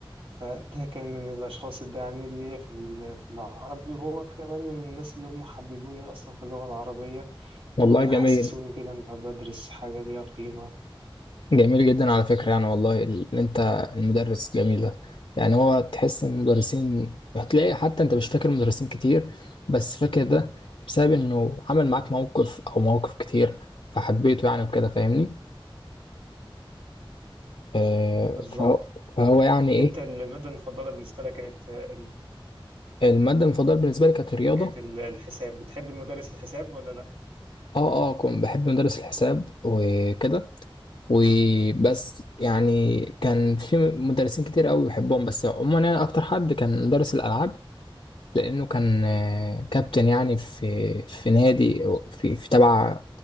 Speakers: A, on the right (about 85°); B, on the left (about 80°).
A: فده كان من الأشخاص الداعمين ليا في ال- في العربي وهو كمان من الناس اللي هم حببوني أصلا في اللغة العربية
B: والله
A: ويحسسوني
B: جميل
A: كده إن أنا بدرس حاجة ليها قيمة
B: جميل جدا على فكرة يعني والله اللي انت المدرس جميل ده يعني هو تحس ان المدرسين هتلاقي حتى انت مش فاكر مدرسين كتير بس فاكر ده بسبب انه عمل معاك موقف او مواقف كتير فحبيته يعني وكده فاهمني آه
A: بالظبط
B: فهو, فهو يعني ايه
A: أنت المادة المفضلة بالنسبة لك كانت ال...
B: المادة المفضلة بالنسبة لي كانت الرياضة
A: كانت ال- الحساب بتحب المدرس الحساب ولا لأ
B: اه اه كنت بحب مدرس الحساب وكده وبس يعني كان في مدرسين كتير قوي بحبهم بس عموما يعني اكتر حد كان مدرس الالعاب لأنه كان آه، كابتن يعني في في نادي في في تبع